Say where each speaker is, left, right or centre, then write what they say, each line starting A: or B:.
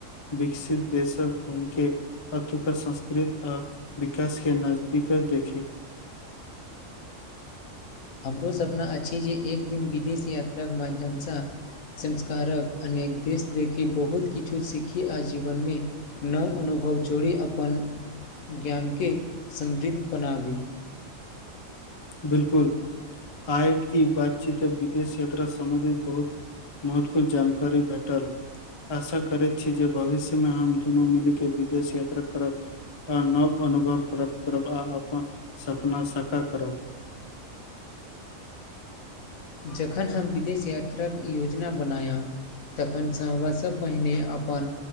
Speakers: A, on the left; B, on the left.
A: विकसित देशर घूमिके अतुका संस्कृत आ विकास के नजदीक अछी
B: हमरो सपना अछि जे एक दिन विदेश यात्राके माध्यमसँ संस्कारक अनेक देश देखी बहुत किछु सीखी आ जीवनमे नव अनुभव जोड़ि अपन ज्ञानकेँ समृद्ध बनाबी
A: बिलकुल आय ई बैतचीत विदेश यात्रा सम्बन्धित बहुत महत्वपूर्ण जानकारी भेटल आशा करैत छी जे भविष्यमे हम दुनू मिल के विदेश यात्रा करब आ नव अनुभव प्रप्त करब आ अपन सपना सकत करब
B: जखन हम विदेश यात्राक योजना बनायब तखनसँ हमासँ पहिने अपन